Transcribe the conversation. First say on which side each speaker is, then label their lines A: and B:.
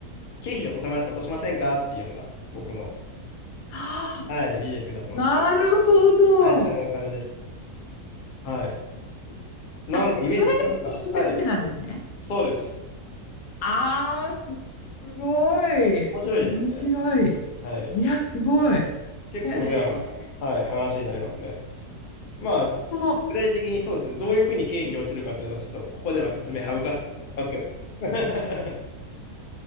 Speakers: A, on the left; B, on the left.
A: 経費で落とせま、落としませんかっていうのが僕の、
B: は
A: はい、ビジネスになってまして、
B: なるほど。
A: 会社のお金です。はい。なんかイメージつきますかはい。
B: あ、それで経営者向けなんですね。
A: そうです。
B: ああ、す、すごい。
A: 面白いですよね。
B: 面白い。
A: はい。
B: いや、すごい。へ
A: 結構レアな、
B: え。
A: はい、話になりますね。まあ、
B: その、
A: 具体的にそうですね、どういうふうに経費で落ちるかっていうのは、ちょっとここでは説明省かせていただきますけど。<laughs>